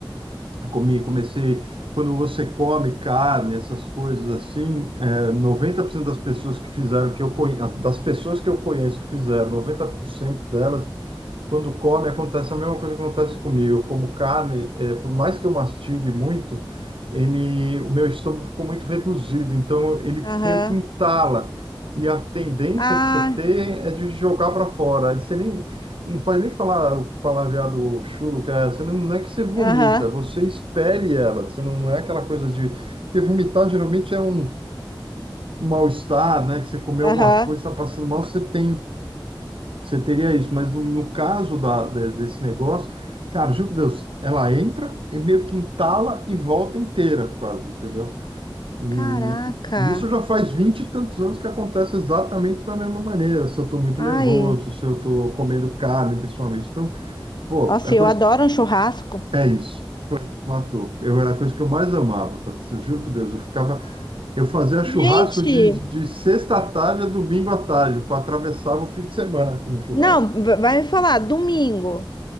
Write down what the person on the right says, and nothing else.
Comi, comecei. Quando você come carne, essas coisas assim, é, 90% das pessoas que fizeram, que eu conheço, das pessoas que eu conheço que fizeram, 90% delas, quando come, acontece a mesma coisa que acontece comigo. Eu como carne, é, por mais que eu mastigue muito, ele, o meu estômago ficou muito reduzido, então ele
meio que entala. E a tendência
que você tem é de jogar para fora. Você nem, não pode nem falar o palavreado chulo, que é, você não, não é que você vomita,
você expele ela. Você não, não é aquela coisa de. Porque vomitar geralmente é um mal-estar, né? Que você comeu
alguma coisa, está passando mal, você tem, você teria isso. Mas no, no caso da, de- desse negócio, cara, juro por Deus, ela entra e meio que entala e volta inteira, quase, entendeu? E,
e isso já faz vinte e tantos anos que acontece exatamente da mesma maneira. Se eu estou muito
nervoso, se eu estou comendo carne, principalmente. Então, Pô,
é
coisa
É isso, matou. Eu era a coisa que eu mais amava, Patrícia, eu juro por Deus. Eu ficava, eu fazia churrasco
de, de sexta à tarde a domingo à tarde, para atravessava o fim de semana com o churrasco.